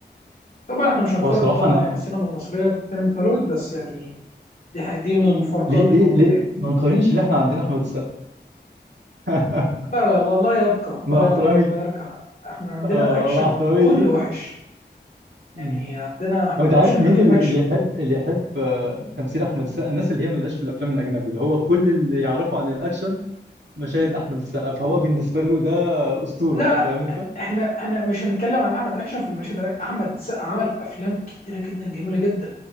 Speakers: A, on the left; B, on the right.
A: طبعا احنا مش هنقارن
B: هو صراحه
A: طبعا
B: انا
A: يعني السينما المصريه بسينما هوليوود بس يعني دي حقيقة دي من المفارقات
B: ليه ليه
A: الموجودة
B: ليه
A: يعني
B: ما نقارنش اللي احنا عندنا احمد السقا <laughs>
A: لا لا لا لا يرقى لا
B: مع
A: يرقى
B: احترامي
A: لا يرقى حق. احنا عندنا
B: آه
A: الاكشن
B: مع احترامي
A: كله
B: ليه
A: وحش
B: مم.
A: يعني عندنا احنا ما
B: هو انت
A: بنعرفش
B: عارف
A: نعمل
B: مين
A: افلام
B: اللي
A: اكشن
B: اللي يحب اللي يحب آه، تمثيل احمد السقا الناس اللي هي ملهاش في الافلام الاجنبي اللي هو كل اللي يعرفه عن الاكشن مشاهد احمد السقا فهو بالنسبه له ده اسطوره
A: لا لا
B: فاهم انت
A: احنا احنا مش هنتكلم عن احمد اكشن في المشهد ده احمد السقا عمل افلام كتيرة جدا جميلة جدا